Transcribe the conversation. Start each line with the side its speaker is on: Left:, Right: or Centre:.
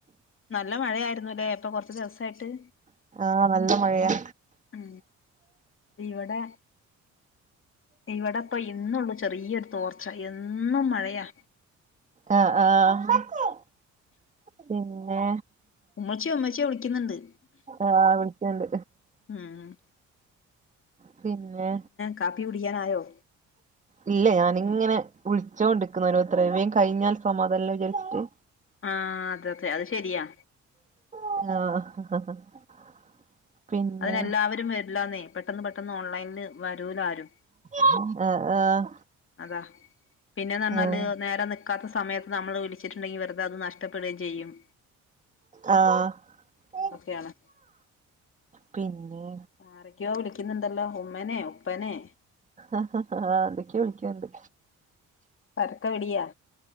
Left: നല്ല മഴയായിരുന്നു ല്ലേ പ്പൊ കൊറ്ച് ദിവസായിട്ട്
Right: ആഹ് നല്ല മഴയാ
Left: ഉം ഇവടെ ഇവടെ പയ് ഇന്നൊള്ളു ചെറിയൊരു തോർച്ച എന്നും മഴയാ
Right: ആഹ് ആഹ് പിന്നെ
Left: ഉമ്മച്ചിയെ ഉമ്മച്ചിയെ വിളിക്കുന്നുണ്ട്
Right: ആഹ് വിളിച്ചേണ്ട്.
Left: ഉം
Right: പിന്നെ
Left: കാപ്പി കുടിക്കാൻ ആയ്യോ
Right: ഇല്ല ഞാന്ങ്ങനെ വിളിച്ചോണ്ട്ക്ക്ന്ന് ഓരോരുത്തരെ വേം കഴിഞ്ഞാൽ സമാധാനല്ലെ വിചാര്ച്ചിട്ട്
Left: ആഹ് അതതെ അത് ശെരിയാ
Right: <inaudible> <unintelligible> പിന്നെ
Left: അതിനെല്ലാവരും വരില്ലാന്നേ പെട്ടെന്ന് പെട്ടെന്ന് ഓൺലൈനിൽ വരൂല ആരും
Right: ആഹ് ആഹ്
Left: അതാ പിന്നെന്നറഞ്ഞാല്
Right: ആഹ്
Left: നേരെ നിക്കാത്ത സമയത്ത് നമ്മള് വിളിച്ചിട്ടുണ്ടെങ്കി വെറുതെ അത് നഷ്ടപ്പെടുകയും ചെയ്യും.
Right: ആഹാ
Left: അതൊക്കെയാണ്
Right: പിന്നെ
Left: ആരൊക്കെയൊ വിളിക്ക്ന്നുണ്ടല്ലോ ഉമ്മനെ ഉപ്പനെ
Right: എന്തോക്കെയോ വിളിക്കെണ്ട്
Left: പരക്ക വിളിയാ